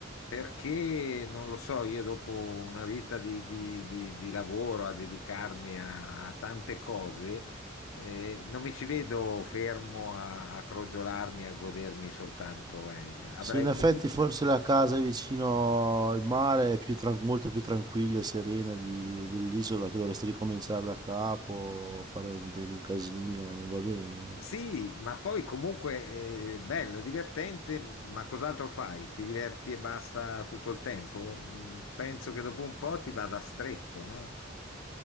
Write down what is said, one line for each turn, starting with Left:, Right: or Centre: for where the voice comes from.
Left: perché non lo so, io dopo una vita di, di- di- di lavoro a dedicarmi a, a tante cose, eh, non mi ci vedo fermo a, a crogiolarmi, a godermi soltanto Elia. Avrei
Right: Sì, in effetti
Left: comunque...
Right: forse la casa vicino al mare è più tran- molto più tranquilla e serena di- dell'isola che dovresti ricominciare da capo, fare un, un casino, non va bene, no?
Left: Sì, ma poi comunque eh, bello, divertente, ma cos'altro fai? Ti diverti e basta tutto il tempo? Mm, Penso che dopo un po' ti vada stretto, no?